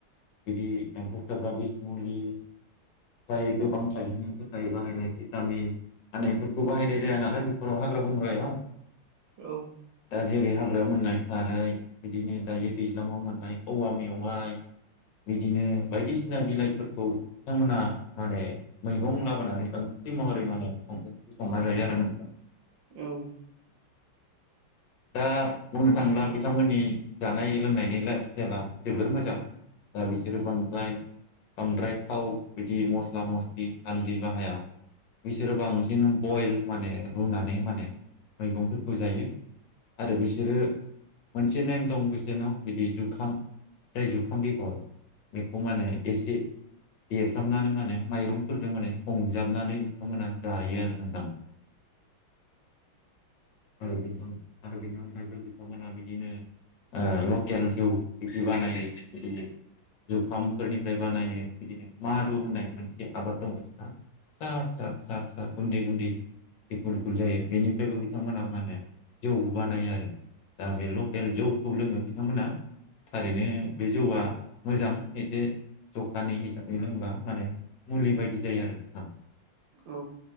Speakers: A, on the left (about 65°); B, on the right (about 70°).
A: बिदि एमफौ बुथारग्रा बिज मुलि जायो गोबां थाइगंनि थाखाय बाहायनाय भिटामिन हानायफोरखौ बाहायनाय जाया नालाय बेफोराव हाग्रा बंग्रायाव।
B: औ।
A: दा जेरै हाग्रायाव मोननाय थाराय बिदिनो दायो दैज्लाङाव मोननाय औवा मेवाइ बिदिनो बायदिसिना बिलाइफोरखौ बिथांमोना माने मैगं लाबोनानै ओंख्रि महरै माने संदों। बे संना जायो आरो नोंथां।
B: औ।
A: <inaudible> दा बुंनो थांब्ला बिथांमोननि जानाय लोंनायनि लाइफ स्टाइला जोबोर मोजां दा बिसोर बांद्राय बांद्राय थाव बिदि मस्ला मस्लि हालदि बाहाया। बिसोरो बांसिन बयल माने रुनानै माने मैगंफोरखौ जायो। आरो बिसोरो मोनसे नेम दं बिसोरनाव बिदि जुखाम जाय जुखाम बेगर बेखौ माने एसे देफ्रामनानै मा होने माइरंफोरजों माने संजाबनानै बिथांमोना जायो आरो नोंथां। आरो बिदनो आरो बेनि अनगायैबो बिथांमोना बिदिनो ओ लकेल जौ बिदि बानायो बिदि जुखामफोरनिफ्राय बानायो बिदिनो मारु होननाय मोनसे आबाद दं बिसना। फिसा फिसा फिसा फिसा गुनदि गुनदि गुल गुल जायो बेनिफ्रायबो बिथांमोना मा होनो जौ बानायो आरो। दा बे लकेल जौखौ लोङो बिथांमोना। थारैनो बे जौआ मोजां एसे जखानि हिसाबै लोंब्ला माने मुलि बायदि जायो आरो नोंथां।
B: औ।